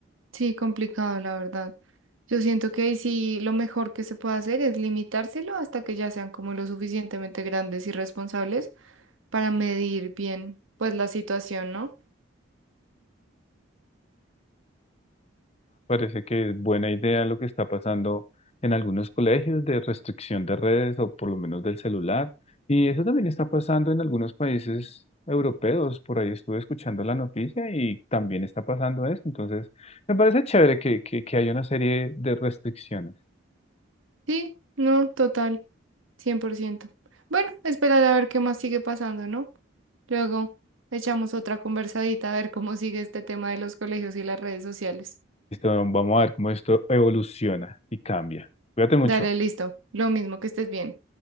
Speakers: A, on the right (about 85°); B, on the left (about 30°).
A: sí, complicado, la verdad. Yo siento que ahí sí lo mejor que se puede hacer es limitárselo hasta que ya sean como lo suficientemente grandes y responsables para medir bien, pues, la situación, ¿no?
B: Parece que es buena idea lo que está pasando en algunos colegios de restricción de redes o por lo menos del celular. Y eso también está pasando en algunos países europeos. Por ahí estuve escuchando la noticia y también está pasando eso. Entonces, me parece chévere que, que, que haya una serie de restricciones.
A: Sí, no, total, cien por ciento Bueno, esperar a ver qué más sigue pasando, ¿no? Luego echamos otra conversadita a ver cómo sigue este tema de los colegios y las redes sociales.
B: Listo, vamos a ver cómo esto evoluciona y cambia. Cuídate mucho.
A: Dale, listo. Lo mismo que estés bien.